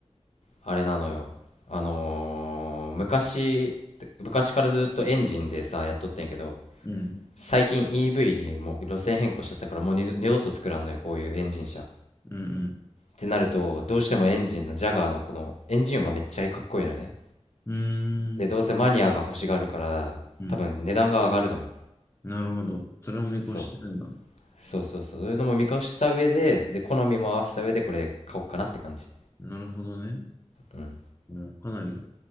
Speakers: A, on the left; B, on the left.
A: あれなのよあのー昔昔からずっとエンジンでさやっとってんけど
B: うん。
A: 最近 EV にもう路線変更しちゃったからもう二度二度と作らんのよこういうエンジン車っ
B: うん
A: てなるとどうしてもエンジンのジャガーのこのエンジン音がめっちゃかっこいいのね
B: うん。うーん。
A: でどうせマニアが欲しがるから多分値段が上がるのよ
B: うん。なるほど。それを見越してるんだ。
A: そうそうそうそうそういうのも見越した上でで好みも合わせた上でこれ買おうかなって感じ
B: なるほどね。
A: うん
B: うん。かなり